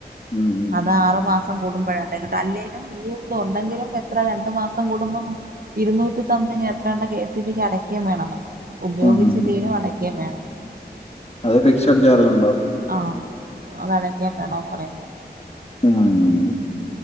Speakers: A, on the left; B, on the right.
A: ഉം
B: അത് ആറു മാസം സം കൂടുമ്പഴാടി കിട്ട അല്ലേലും ഈ ഇത് ഉണ്ടെങ്കിലും എത്ര രണ്ട് മാസം കൂടുമ്പൊ ഇരുന്നൂറ്റി സംതിങ് എത്രണ്ടെ കേ എസ് ഇ ബി ക്ക് അടക്കെ വേണം നമ്മള് ഉപയോഗിച്ചില്ലേലും
A: ഉം.
B: അടക്കെ വേണം.
A: അത് ഫിക്സട് ചാർജ് ഇണ്ടോ?
B: ആഹ്, അത് അടയ്ക്കെ വേണോന്ന് പറയുന്നെ.
A: ആഹ്,